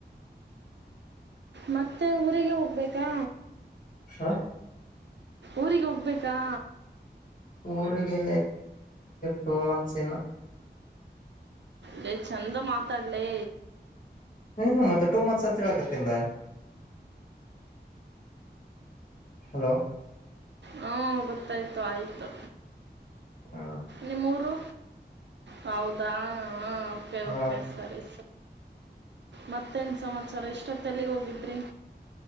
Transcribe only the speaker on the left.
ಹ
ಊರಿಗೆ ಟೂ ಮಂತ್ಸ್ ಇನ್ನು.
ಏನು ಮತ್ತೆ ಟೂ ಮಂತ್ಸ್ ಅಂತ ಹೇಳಕತ್ತಿಂದ? ಹಲೋ
ಹಾ
ಹ